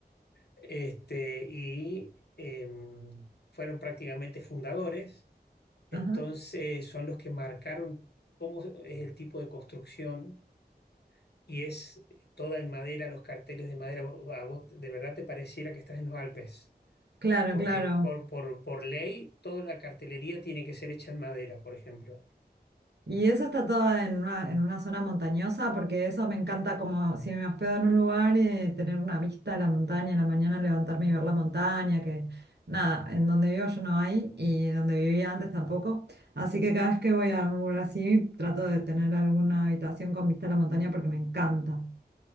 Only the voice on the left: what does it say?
Este, y em, fueron prácticamente fundadores.
Entonces son los que marcaron cómo es el tipo de construcción. Y es toda en madera, los carteles de madera. Vos- A vos de verdad te pareciera que estás en los Alpes.
Porque
por, por, por ley toda la cartelería tiene que ser hecha en madera, por ejemplo.